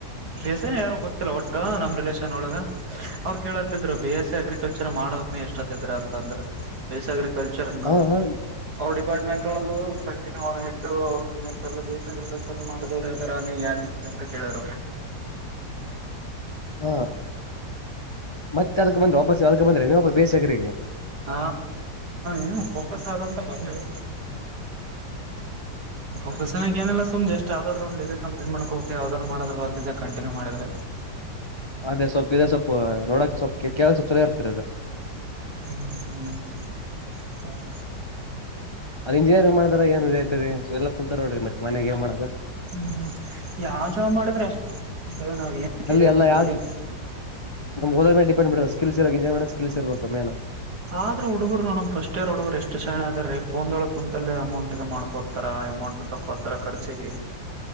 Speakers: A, on the right; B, on the left.
A: ಬಿ ಯಾರು ಗೊತ್ತಿಲ್ಲ ಒಟ್ಟ ನಮ್ಮ್ ರಿಲೇಷನ್ ಒಳಗ ಅವ್ರು ಕೇಳತ್ತಿದ್ರು ಬಿ ಎಸ್ ಅಗ್ರಿಕಲ್ರ್ ಯ ಮಾಡಕ ಎಷ್ಟ ಹತ್ತಿದ್ರ ಅಂತ ಅಂದ್ರೆ ಬೇಸಾಗ್ರ ಕಲ್ಚರ್ ನ
B: ಹ ಹ
A: <inaudible> ಅವ ಡಿಪಾರ್ಟ್ಮೆಂಟ್ ಒಳಗ ಕಂಟಿನ್ಯ ಅವ ಹೆ ಅವ <inaudible> ಜೀನಿಯರ್ ಎಲ್ಲ ಬೇ ಅಗ್ರಿಕಲ್ಚರ್ ಮಾಡಿದವ್ರರು ಅದರ ನೀ ಯಾಕ ಬಿಿಟ್ಟೆ ಅಂತ ಕೇಳಿದರು
B: ಹಾ ಮತ್ತೆ ಅರ್ಕ್ ಬ್ರ ವಾಪಸ್ ಯ ಬಂದ್ರೆ ನೀವು ಬೇ ಚಕ್ರ
A: ಹ ಏನು ಫೋಕಸ್ ಆದಂತ ಬಂದರು ಫಕಸನ ಅನೆಲ್ಲುಮ್ ಅಷ್ಟು ಯಾವದಾದ್ರ ಒ್ ಡಿಗ್ರ ಕಂಪ್ಲಟ್ ಮಾಡಕ ಹೋಗಕ ಯಾವ್ದದ್ ಮಾಡ್ರ ಬದ್ ಕಂಿನ್ಯೂ ಮಾಡಿದ್ರ
B: ಅದೇ ಸ್ವಲ್ಪ್ ಇದೆ ಸ್ೊಲ್ಪ ನೋಡಕ್ ಸೊಪ್ ಕೆ ಕೆಲಸಪ್ ಚಛಲೋ ಇರ್ತಾರೆ ಅದ
A: ಹ್ಮ್ ಹ್ಮ್ ಹ್ಮ್ ಹತ
B: ಅದ ಇಂಜಿನಿಯರಿಂಗ್ ಮಾಡ್ದಾರ ಏನ್ ಇದ ಐತಿರಿ ಎಲ್ಲ ಕುಂತ ನೋಡ್ರಿ ಮತ್ತೆ ಮ ಮಾಡ
A: ಹ್ಮ್ ಹ್ಮ್ ಯಾವ ಜಾಬ್ ಮಾಡಿದ್ರ ಅಷ್ಟೇ ನಾವ್ ಏನ್ ಕೆರಿಯರ್
B: ಅಲ್ಲಿಲ್ಲ ಯೋದ
A: ಏನ್
B: ಮೇ ಡಿಪೆಂಡ್ ಕಳಿಸಿಿರ ಇಂಸ್ ಕಳಿಸಿರ್ಬೇಕ ಮೇನ
A: ಆದ್ರ ಹುಡುಗರು ನ ಫಸ್ಟ್ ಇಯರ್ ಹುಡುಗರು ಎಷ್ಟು ಶರಣ ಅದೀ ಫೋನ್ೊಳ ಕುಂತಲ್ಲೇ ಅಮೌಂಟ್ ಗ ಮಾಡ್ಕೋತಾರ ಅಮೌಂಟ್ ತಕ್ಕೋತಾರ ಖರ್ಚಿಗೆ